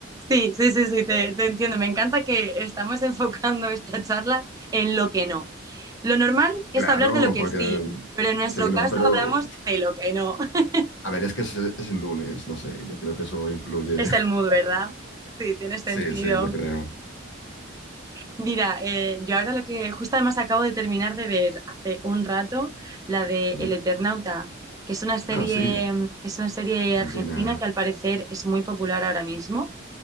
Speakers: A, on the right; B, on the left.
A: Sí, sí, sí, sí, te, te entiendo. Me encanta que estamos <laughs> enfocando esta charla en lo que no. Lo normal es
B: Claro,
A: hablar de lo que
B: porque
A: sí, pero en nuestro
B: sí,
A: caso
B: ¿no? Pero
A: hablamos de lo que no. <laughs>
B: a ver, es que es, es lunes, no sé, yo creo que eso influye.
A: Es
B: <laughs>
A: el mood, ¿verdad? Sí, tiene sentido.
B: Sí, sí, yo creo.
A: Mira, eh, yo ahora lo que justo además acabo de terminar de ver hace un rato, la de
B: Mm.
A: El Eternauta, que es una serie,
B: Ah, sí,
A: mm, es una serie
B: Argentina.
A: argentina que al parecer es muy popular ahora mismo.